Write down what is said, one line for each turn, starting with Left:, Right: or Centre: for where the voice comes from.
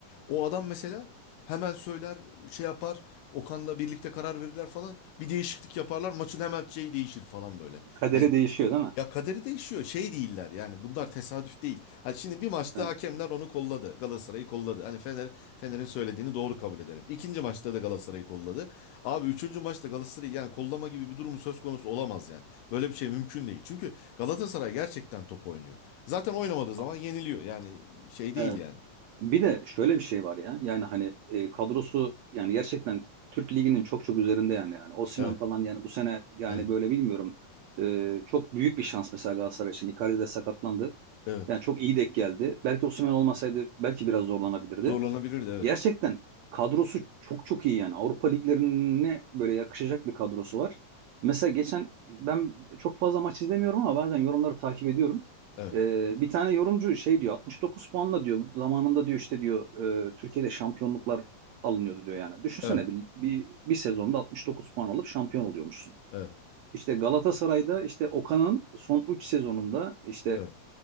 Left: O adam mesela hemen söyler şey yapar Okan'la birlikte karar verirler falan bir değişiklik yaparlar maçın hemen şey değişir falan böyle.
Right: Kaderi
Left: Hani
Right: değişiyor değil mi?
Left: ya kaderi değişiyor. Şey değiller yani. Bunlar tesadüf değil. Ha şimdi bir maçta
Right: Evet.
Left: hakemler onu kolladı. Galatasaray'ı kolladı. Hani Fener, Fener'in söylediğini doğru kabul edelim. İkinci maçta da Galatasaray'ı kolladı. Abi üçüncü maçta Galatasaray'ı yani kollama gibi bir durumu söz konusu olamaz yani. Böyle bir şey mümkün değil. Çünkü Galatasaray gerçekten top oynuyor. Zaten oynamadığı zaman
Right: A-
Left: yeniliyor. Yani şey değil
Right: Evet.
Left: yani.
Right: Bir de şöyle bir şey var ya. Yani hani e, kadrosu yani gerçekten Türk Ligi'nin çok çok üzerinde yani. Yani Osimhen
Left: Evet,
Right: falan yani bu sene yani
Left: evet,
Right: böyle bilmiyorum. E, çok büyük bir şans mesela Galatasaray için. Icardi de sakatlandı.
Left: evet.
Right: Yani çok iyi denk geldi. Belki Osimhen olmasaydı belki biraz zorlanabilirdi.
Left: Zorlanabilirdi evet.
Right: Gerçekten kadrosu çok çok iyi yani. Avrupa liglerine böyle yakışacak bir kadrosu var. Mesela geçen ben çok fazla maç izlemiyorum ama bazen yorumları takip ediyorum.
Left: Evet,
Right: Ee, bir tane yorumcu şey diyor 69 puanla diyor zamanında diyor işte diyor e, Türkiye'de şampiyonluklar alınıyordu diyor yani. Düşünsene
Left: evet,
Right: bir, bir, bir sezonda 69 puan alıp şampiyon oluyormuşsun.
Left: evet,
Right: İşte Galatasaray'da işte Okan'ın son 3 sezonunda işte
Left: evet,